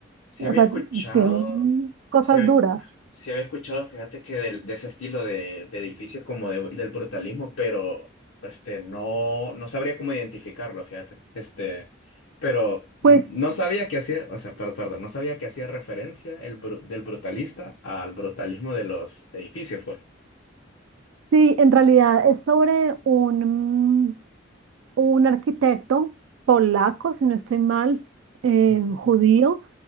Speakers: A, on the left (about 75°); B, on the right (about 75°).
A: Si
B: o
A: había
B: sea,
A: escuchado,
B: tiene cosas
A: si había,
B: duras.
A: sí había escuchado, fíjate que del- de, ese estilo de, de edificios como de- del brutalismo, pero este, no, no sabría cómo identificarlo, fíjate. Este, pero mm,
B: Pues
A: no sabía que hacía, o sea, per- perdón, no sabía que hacía referencia el bru- del brutalista al brutalismo de los edificios, pues.
B: sí, en realidad es sobre un, un arquitecto polaco, si no estoy mal, eh,
A: Ujú,
B: judío,